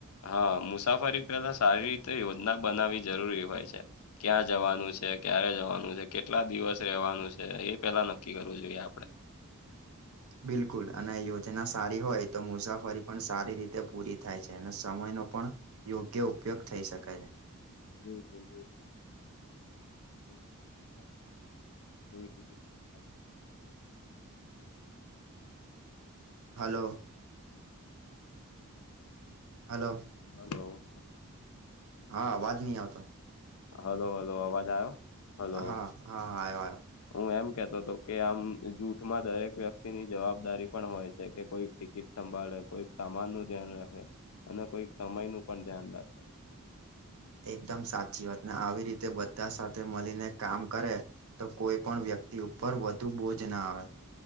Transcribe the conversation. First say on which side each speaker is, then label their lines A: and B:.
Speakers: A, on the left; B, on the right.
A: હા મુસાફરી પહેલા સારી રીતે યોજના બનાવવી જરૂરી હોય છે. ક્યાં જવાનું છે, ક્યારે જવાનું છે, કેટલા દિવસ રહેવાનું છે એ પેલા નક્કી કરવું જોઈએ આપડે.
B: બિલકુલ અને યોજના સારી હોય તો મુસાફરી પણ સારી રીત તે પૂરી થાય છે અને સમયનો પણ યોગ્ય ઉપયોગ થઈ શકે છે.
A: <inaudible> જવાબદારી
B: હાલો.
A: હમ
B: હાલો.
A: હાલો.
B: હા અવાજ નહી આવતા.
A: હાલો હાલો અવાજ આવ્યો? હાલો.
B: હા હા આવ્યો આવ્યો
A: હું એમ કેતો હતો કે આમ જૂઠમાં દરેક વ્યક્તિની જવાબદારી પણ હોય છે કે કોઈ કીટ સંભાળે, કોઈક સામાન નું ધ્યાન રાખે અને કોઈક સમય નું પણ ધ્યાન રાખે.
B: એકદમ સાચી વાત ને આવી રીતે બધા સાથે મળીને કામ કરે તો કોઈ પણ વ્યક્તિ ઉપર વધુ બોજ ના આવે.